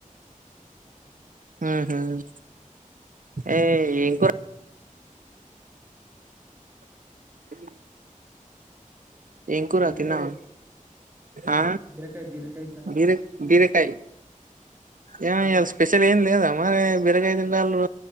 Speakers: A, on the right; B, on the right.
A: ఆ
B: మ్మ్ ఏ ఎం కూర మ్ ఎం కూర
A: బీరకాయ్
B: తినవ ఆ
A: బీరకాయ్ బీరకాయ్ చార్
B: బిరక్ బిరక్ ఏ ఏ ఇయ్యాల స్పెషల్ ఏం లేదా మరి బిరకయ తింటలు